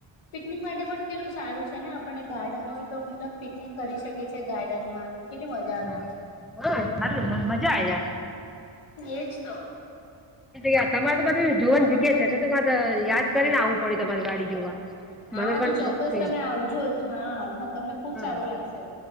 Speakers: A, on the left; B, in the centre.
A: પિકનિક માટે પણ કેટલું સારું છે ને આપણને ગાર્ડન હોય તો મતલબ પિકનિક કરી શકે છે ગાર્ડનમાં કેટલી મજા આવે
B: હા હા સારું મજા આવી જાય
A: એજ તો
B: જગ તમારે તો બધા જોવાની
A: હા
B: જગ્યા છે, તો તમારે યાદ કરીને આવું પડે તમારે વાડી જોવા
A: હા
B: મને પણ
A: તો
B: શોખ
A: ચોક્કસ
B: છે.
A: તમે આવજો. હા. તમને ખુબ
B: હા
A: સારું લાગશે